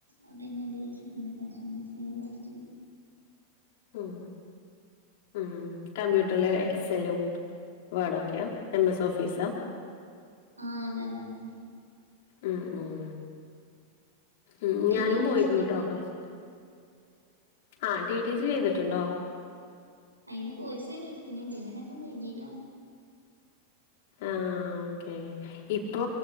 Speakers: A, on the right (about 85°); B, on the left (about 50°).
A: അത് കഴിഞ്ഞതിനുശേഷം പിന്നെ ഫാഷൻ ഡിസൈൻ പഠിച്ചു
B: ഉം ഉം കമ്പ്യൂട്ടറില എക്സെല്ലും വേർഡൊക്കെയോ എം എസ് ഓഫീസാ
A: ആ അതെ അതെ അതെ അതെ
B: ഉം ഉം ഉം
A: ടി
B: ഞാനും
A: ടി സി
B: പോയിരുന്നട്ടോ
A: സിന്റെ കോഴ്സ്
B: കൊറച്ചൊക്കെ ആ ടി ടി സി ചെയ്തിട്ടുണ്ടോ
A: അയിന്റെ കോഴ്സ് എടുത്തിന് മുഴുവനാക്കാൻ കഴഞ്ഞീല്ല
B: ആ ആ ഒക്കെ ഇപ്പൊ